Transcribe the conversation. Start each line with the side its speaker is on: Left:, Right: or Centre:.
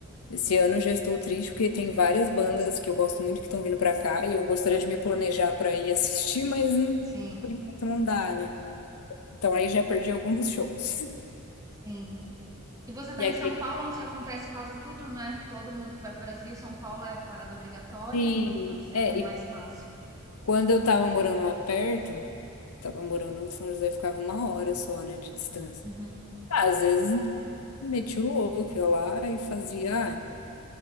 Left: Esse ano eu já estou triste porque tem várias bandas que eu gosto muito que estão vindo pra cá e eu gostaria de me planejar pra ir assistir, mas hum,
Right: sim.
Left: por enquanto não dá, né? Então aí já perdi alguns shows.
Right: Sim. E você está
Left: E aqui,
Right: em São
Left: aqui
Right: Paulo, onde acontece quase tudo, né? Todo mundo que vai para o Brasil, São Paulo é parada obrigatória,
Left: sim,
Right: para você
Left: é,
Right: é até mais
Left: e
Right: fácil.
Left: quando eu tava morando lá perto, tava morando, o São José ficava uma hora só, né, de distância.
Right: Uhum.
Left: Ah, Às vezes meti o louco ia lá e fazia, ah,